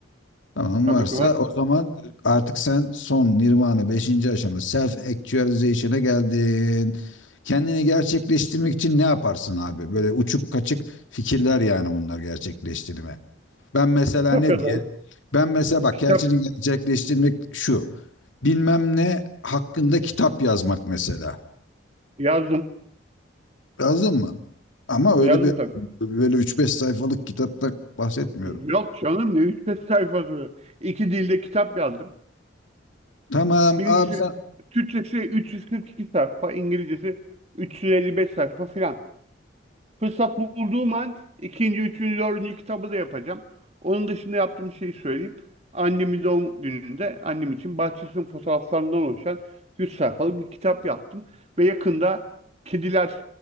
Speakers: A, on the left; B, on the right.
A: Tamam
B: Tabii
A: varsa
B: ki var.
A: o zaman e, artık sen son nirvana beşinci aşama self actualization'a geldin. Kendini gerçekleştirmek için ne yaparsın abi? Böyle uçuk kaçık fikirler yani bunlar gerçekleştirme. Ben mesela
B: Kitap
A: ne
B: yazarım.
A: diyelim? Ben mesela bak
B: Kitap
A: gerçeğini gerçekleştirmek şu. Bilmem ne hakkında kitap yazmak mesela.
B: yazdım.
A: Yazdın mı? Ama
B: Yazdım
A: öyle bir
B: tabii.
A: böyle üç beş sayfalık kitapta bahsetmiyorum.
B: Yok canım ne 3-5 sayfası. İki dilde kitap yazdım.
A: Tamam
B: Birincisi
A: abi sen
B: Türkçesi 342 sayfa, İngilizcesi 355 sayfa filan. Fırsat bulduğum an ikinci, üçüncü, dördüncü kitabı da yapacağım. Onun dışında yaptığım şeyi söyleyeyim. Annemin doğum gününde annem için bahçesinin fotoğraflarından oluşan 100 sayfalık bir kitap yaptım. Ve yakında kediler